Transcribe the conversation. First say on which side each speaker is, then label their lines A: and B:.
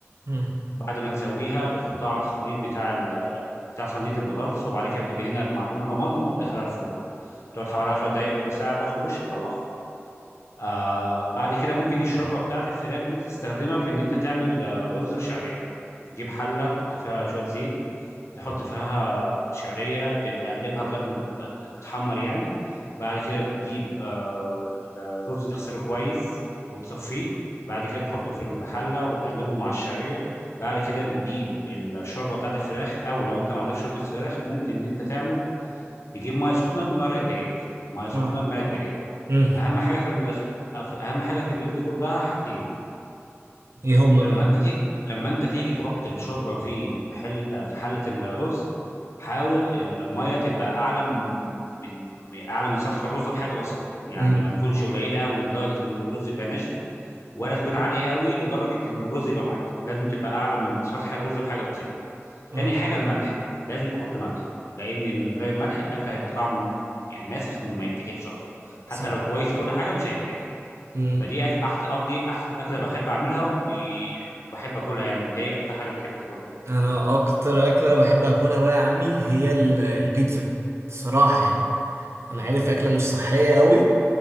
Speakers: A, on the right; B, on the left.
A: مم.
B: بعد ما تسويها بتحطها على الخليط بتاع ال... بتاع صينيه البطاطس وبعد كده بتدهنها بمعجون طماطم وتدخلها الفرن تقعد حوالي 10 دقائق ربع ساعه تاخد وش تطلعها آه بعد كده ممكن الشوربه بتاعت الفراخ دي تستخدمها في ان انت تعمل آه، رز الشعريه بتجيب حله تحط فيها شويه زيت تحط فيها الشعريه ت- تقلبها لغايه ما تت- تتحمر يعني بعد كده بتجيب آه الرز تغسله كويس وتصفيه بعد كده تحطه في الحله وتقلبه مع الشعريه بعد كده بتجيب الشوربه بتاعت الفراخ او لو انت ما عندكش شوربه فراخ ممكن ان انت تعمل تجيب ميه سخنه بمرق الدجاج ميه سخنه
A: آه.
B: بمرق الدجاج
A: مم.
B: اهم حاجه في ال... في- اهم حاجه في الليله دي كلها حاجتين
A: ايه هما
B: لما
A: بقى
B: انت تيجي لما انت تيجي تحط الشوربه في حله في حله الرز حاول ال- الميه تبقى اعلى من من من- اعلى من سطح الرز بحاجه بسيطه يعني
A: مم.
B: ما تكونش قليله قوي لدرجه ان الرز يبقى ناشف ولا تكون عاليه قوي لدرجه ان الرز يبقى معجن لازم تبقى اعلى من سطح الرز بحاجه بسيطه
A: مم.
B: تاني حاجة الملح لازم تحط ملح لأن من غير الملح الأكل هيبقى طعمه يعني ماسخ ما يتاكلش أصلا حتى
A: س-
B: لو كويس وكل حاجة مش هيتاكل
A: مم.
B: فدي أك- أحسن أو دي أحسن أكلة بحب أعملها و... وبحب أكلها يعني أنت إيه أكتر حاجة بتحب تاكلها؟
A: انا اكتر اكلة بحب اكلها بقى يا عمي هي ال- البيتزا الصراحة يعني انا عارف اكلة مش صحية قوي